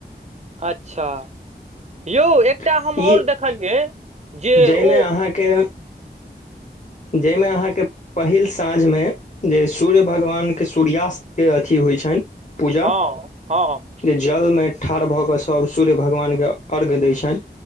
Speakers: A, on the right; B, on the left.
A: अच्छ यौ एकटा
B: छै
A: हम और
B: ई
A: देखलियै जे
B: जाहिमे
A: ओ
B: अहाँके जाहिमे अहाँके पहिल साँझमे जे सूर्य भगवानके सूर्यास्तके अथी होइत छन पूजा
A: हँ हँ
B: जे जलमे ठाढ़ भऽ कऽ सभ सूर्य भगवानके अर्घ्य दै छैन